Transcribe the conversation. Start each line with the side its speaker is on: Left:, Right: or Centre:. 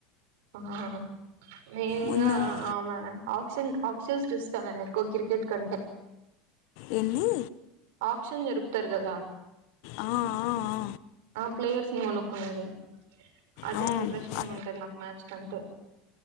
Right: ఆ మెయిన్గా
Left: ముందంత
Right: ఆమె ఆన్ ఆక్షన్ చూస్తాను నేను ఎక్కువ క్రికెట్ కంటే
Left: ఏంది
Right: ఆక్షన్ జరుపుతారు కదా
Left: ఆ ఆ ఆ
Right: ప్లేయర్స్ని కొనుక్కునేది అదే
Left: ఆ.
Right: ఇంట్రెస్టింగ
Left: ఆ,
Right: ఉంటది నాకు మ్యాచ్ కంటే